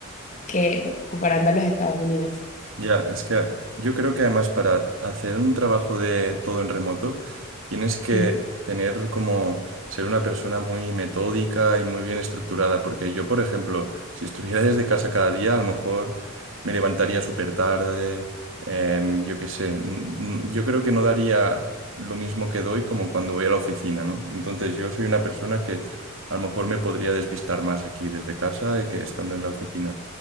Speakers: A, on the left; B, on the right.
A: que comparando a los Estados Unidos.
B: Ya, es que yo creo que además para hacer un trabajo de todo en remoto, tienes que
A: Mm,
B: tener como ser una persona muy metódica y muy bien estructurada, porque yo, por ejemplo, si estuviera <laughs> desde casa cada día, a lo mejor me levantaría súper tarde, em, yo qué sé, n- n- yo creo que no daría lo mismo que doy como cuando voy a la oficina, ¿no? Entonces yo soy una persona que a lo mejor me podría despistar más aquí desde casa eh, que estando en la oficina,